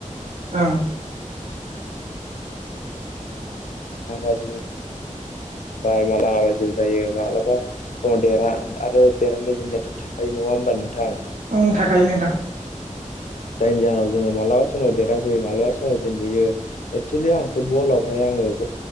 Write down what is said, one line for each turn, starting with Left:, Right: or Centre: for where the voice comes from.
Right: ओं
Left: ना बाजिबो बाय मालाबा जिउ जायो मालाबा समाव देरहा आरो देरहानाय जेननायाथ' थाखायो नङा होमबा नोंथां
Right: उंंम थाखाय नोंथां
Left: जायनि जाहोनाव जोङो मालाबा समाव देरहाबोयो मालाबा समाव जेनबोयो एक्सुेलि आं फुटबलावहाय आं ग